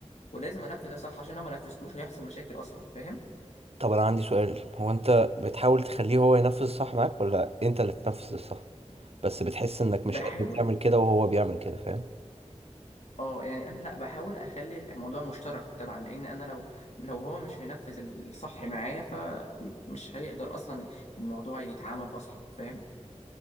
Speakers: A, on the left; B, on the right.
A: ولازم انفذ ده صح عشان لو ما نفذتوش هيحصل مشاكل اصلا فاهم
B: طب انا عندي سؤال هو انت بتحاول تخليه هو ينفذ الصح معاك ولا انت اللي تنفذ الصح بس بتحس انك
A: بحاول
B: مش قادر تعمل كده وهو بيعمل كده فاهم
A: اه يعني انا لا بحاول اخلي الموضوع مشترك طبعا لان انا لو لو هو مش هينفذ الصح معايا فمش هيقدر اصلا الموضوع يتعامل اصلا فاهم